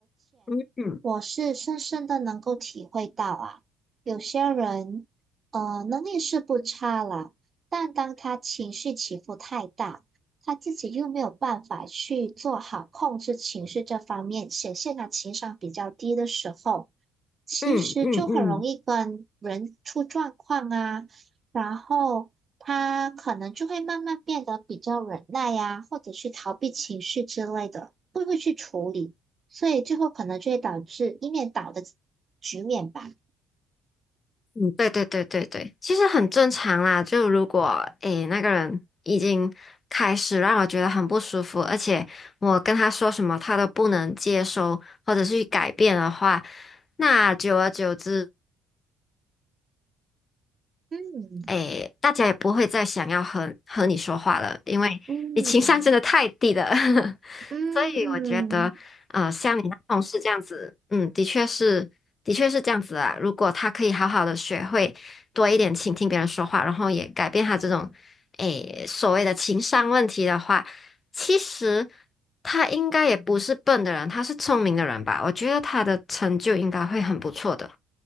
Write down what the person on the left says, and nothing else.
嗯
嗯嗯嗯
嗯，对对对对对，其实很正常啦。就如果诶那个人已经开始让我觉得很不舒服，而且我跟他说什么他都不能接收或者是去改变的话。那久而久之，
哎，大家也不会再想要和和你说话了，因为你情商真的太低了。
<laughs>
所以我觉得，呃，像你那同事这样子，嗯，的确是，的确是这样子啊。如果他可以好好的学会多一点倾听别人说话，然后也改变他这种，哎，所谓的情商问题的话，其实他应该也不是笨的人，他是聪明的人吧？我觉得他的成就应该会很不错的。